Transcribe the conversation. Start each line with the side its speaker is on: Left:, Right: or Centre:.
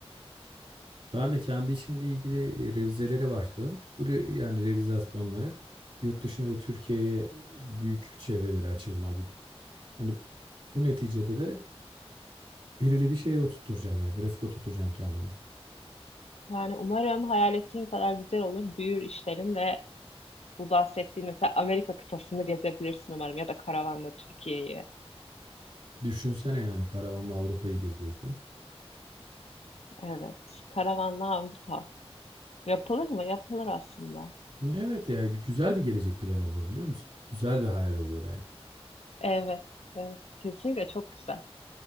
Right: Ben de kendi işimle ilgili, eee, revizelere başladım. Bu re yani revizasyonlara. Yurt dışına ve Türkiye'ye büyük çevrelere açılma gibi. Hani, bu neticede de belirli bir şeye oturtacağım yani, grafik oturtacağım kendime.
Left: Yani umarım hayal ettiğin kadar güzel olur. Büyür işlerin ve bu bahsettiğin mesela Amerika kıtasını gezebilirsin umarım ya da karavanla Türkiye'yi.
Right: Düşünsene, yani, karavanla Avrupa'yı geziyorsun.
Left: Evet. Karavanlı Avrupa. Yapılır mı? Yapılır aslında.
Right: Evet, ya, güzel bir gelecek planı olur, biliyor musun? Güzel bir hayal olur, yani.
Left: Evet. Evet. Kesinlikle çok güzel.